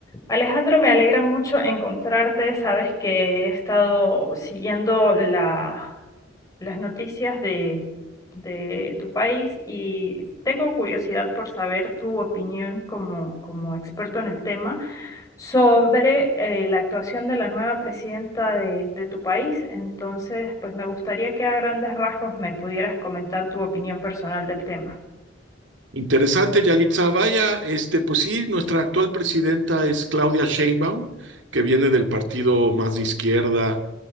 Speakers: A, on the left (about 20°); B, on the right (about 75°).
A: Alejandro, me alegra mucho encontrarte. Sabes que he estado siguiendo la- las noticias de, de tu país y tengo curiosidad por saber tu opinión como, como experto en el tema sobre eh, la actuación de la nueva presidenta de, de tu país. Entonces, pues me gustaría que a grandes rasgos me pudieras comentar tu opinión personal del tema.
B: Interesante, Yalitza. Vaya, este, pues sí, nuestra actual presidenta es Claudia Sheinbaum, que viene del partido más de izquierda